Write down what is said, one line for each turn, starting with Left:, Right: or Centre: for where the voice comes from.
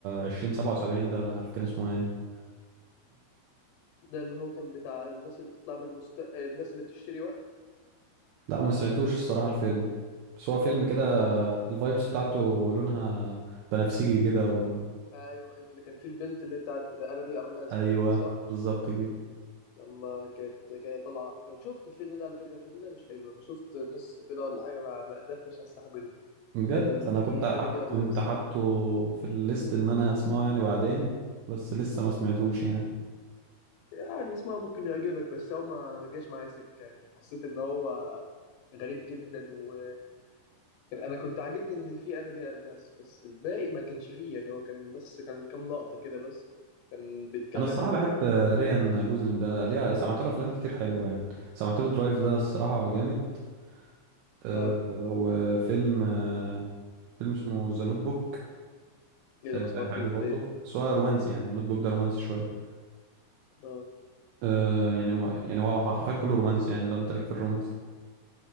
Right: 2077 ده ولا عارف كان اسمه ايه
Left: ده اللي هو كان بتاع الناس اللي بتطلع بالمست آه، الناس اللي بتشتري وقت
Right: لا ما سمعتوش الصراحة الفيلم بس هو فيلم كده الفايبس بتاعته لونها بنفسجي كده و...
Left: ايوه ايوه اللي كان فيه البنت اللي بتاعت انا دي ارماز
Right: ايوه
Left: دي صح
Right: بالظبط كده
Left: لما كانت جايه طالعه انا شفت الفيلم ده على فكره الفيلم ده مش حلو انا شفت نص كده ولا حاجه ما ما قدرتش استحمله
Right: بجد
Left: كان
Right: انا
Left: في
Right: كنت ع-
Left: انا دي ارماز
Right: كنت حاطه في الليست ان انا هسمعه يعني بعدين بس لسه ما سمعتوش يعني
Left: يعني اسمها ممكن يعجبك بس هو ما جاش معايا سكه يعني حسيت ان هو غريب جدا و كان انا كنت عاجبني ان في انا دي ارماس بس الباقي ما كانش فيه يعني هو كان بس كان كام لقطة كده بس كان بيتكلم
Right: انا الصراحه
Left: ان
Right: بحب
Left: في
Right: ريان جوزلينج ده ليه سمعت له افلام كتير حلوه يعني سمعت له درايف ده الصراحه جامد أه
Left: اه
Right: وفيلم أه فيلم اسمه ذا نوت بوك
Left: ايه ده
Right: أه
Left: ما سمعتوش
Right: حلو برضه
Left: ده ايه ده
Right: بس هو رومانسي يعني النوت بوك ده رومانسي شويه
Left: اه
Right: أه يعني ما يعني هو حرفيا كله رومانسي يعني لو انت ليك في الرومانسي